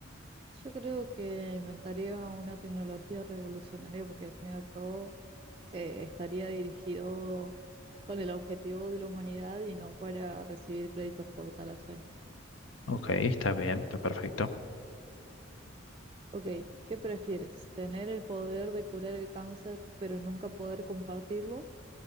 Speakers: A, on the right (about 25°); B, on the left (about 80°).
A: Yo creo que inventaría una tecnología revolucionaria porque al fin y al cabo eh, estaría dirigido con el objetivo de la humanidad y no para recibir créditos por tal hazaña.
B: Ok, está bien, está perfecto.
A: Ok, ¿qué prefieres? ¿Tener el poder de curar el cáncer pero nunca poder compartirlo?